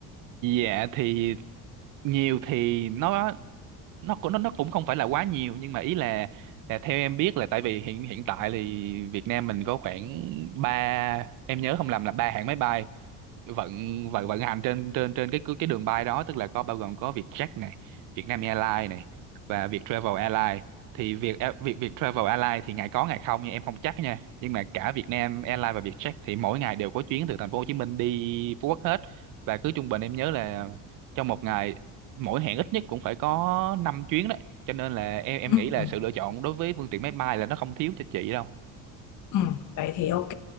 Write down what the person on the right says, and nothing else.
Dạ thì nhiều thì nó nó cũng nó nó cũng không phải là quá nhiều nhưng mà ý là là theo em biết là tại vì hiện hiện tại thì Việt Nam mình có khoảng ba em nhớ không lầm là ba hãng máy bay vận vận vận hành trên trên trên cái cái đường bay đó tức là có bao gồm có Vietjet này, Vietnam Airlines này và Vietravel Airlines thì việc việc Vietravel Airlines thì ngày có ngày không nhưng em không chắc nha nhưng mà cả Vietnam Airlines và Vietjet thì mỗi ngày đều có chuyến từ thành phố Hồ Chí Minh đi Phú Quốc hết và cứ trung bình em nhớ là trong một ngày mỗi hẹn ít nhất cũng phải có 5 chuyến đấy cho nên là em em
nghĩ là sự lựa chọn đối với phương tiện máy bay là nó không thiếu cho chị đâu